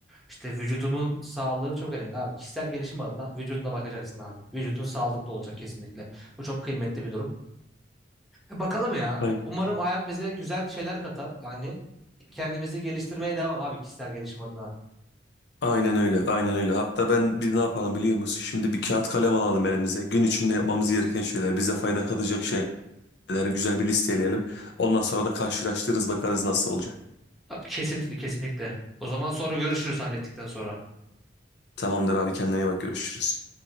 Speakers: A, in the centre; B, on the left.
A: İşte vücudumun sağlığı çok önemli abi. Kişisel gelişim adına vücuduna bakacaksın abi. Vücudun sağlıklı olacak kesinlikle. Bu çok kıymetli bir durum. E, Bakalım ya.
B: Aynen.
A: Umarım hayat bize güzel şeyler katar. Yani kendimizi geliştirmeye devam abi kişisel gelişim adına.
B: Aynen öyle, aynen öyle. Hatta ben biz ne yapalım biliyor musun? Şimdi bir kağıt kalem alalım elimize. Gün içinde yapmamız gereken şeyler, bize fayda katacak şeyleri güzel bir listeleyelim. Ondan sonra da karşılaştırırız, bakarız nasıl olacak.
A: Abi, kesinlikle kesinlikle. O zaman sonra görüşürüz hallettikten sonra.
B: Tamamdır abi kendine iyi bak görüşürüz.